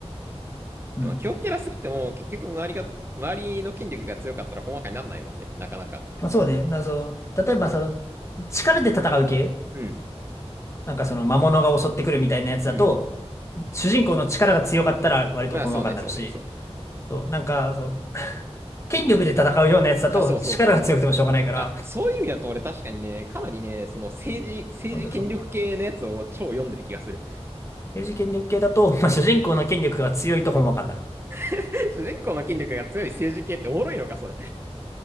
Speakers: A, on the left; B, on the right.
A: うん。
B: まあ、強キャラすぎても、結局周りが、周りの筋力が強かったら、ほんわかになんないもんね。なかなか。
A: まあそうね。なそう例えばその、力で戦う系
B: うん。
A: なんかその魔物が襲ってくるみたいなやつだと、
B: うん。
A: 主人公の力が強かったら割とほんわかになるし、
B: まあ、そうね、そうね、そうね。
A: そう、なんか、そう、<laughs> 権力で戦うようなやつだと力が強くてもしょうがないから、
B: あ、そうそうそう。あ、そういう意味だと俺確かにね、かなりね、その政治、政治権力系のやつを超読んでる気がする。
A: 今度そう、英治権力系だと、まあ、主人公の権力が強いとほんわかになる。
B: <laughs> 主人公の筋力が強い政治系っておもろいのか、それ。